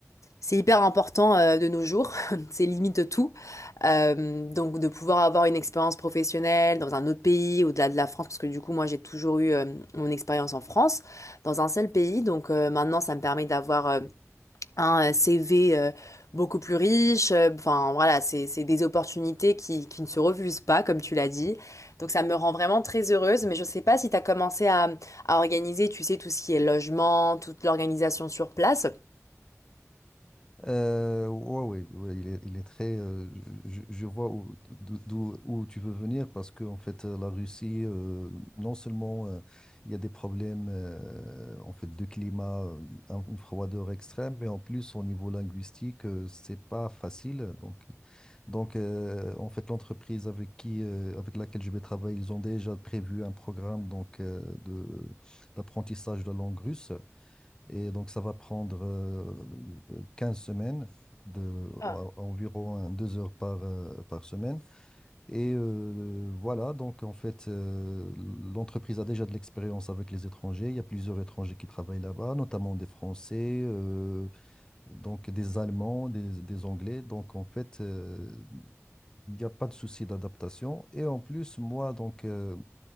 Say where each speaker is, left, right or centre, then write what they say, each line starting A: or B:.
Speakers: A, on the left (about 85°); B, on the left (about 15°).
A: C'est hyper important euh, de nos jours, <laughs> c'est limite tout. Euh, donc de pouvoir avoir une expérience professionnelle dans un autre pays, au-delà de la France, parce que du coup moi j'ai toujours eu euh, mon expérience en France, dans un seul pays. Donc euh, maintenant ça me permet d'avoir euh, un CV euh, beaucoup plus riche. Euh, Enfin voilà, c'est c'est des opportunités qui, qui ne se refusent pas, comme tu l'as dit. Donc ça me rend vraiment très heureuse, mais je sais pas si tu as commencé à, à organiser, tu sais, tout ce qui est logement, toute l'organisation sur place.
B: Euh, ouais, ouais, ouais, il est, il est très. euh, je, je vois où, d'o- d'où, où tu veux venir parce que en fait, euh, la Russie, euh, non seulement euh, il y a des problèmes euh, en fait de climat, euh, un- une froideur extrême, mais en plus au niveau linguistique, euh, c'est pas facile. Donc, donc euh, en fait, l'entreprise avec qui, euh, avec laquelle je vais travailler, ils ont déjà prévu un programme donc euh, de d'apprentissage de la langue russe. Et donc, ça va prendre euh, 15 semaines, de,
A: Ah,
B: en- environ hein, deux heures par, euh, par semaine. Et euh, voilà, donc en fait, euh, l'entreprise a déjà de l'expérience avec les étrangers. Il y a plusieurs étrangers qui travaillent là-bas, notamment des Français, euh, donc des Allemands, des, des Anglais. Donc en fait, euh, il n'y a pas de souci d'adaptation. Et en plus, moi, donc euh,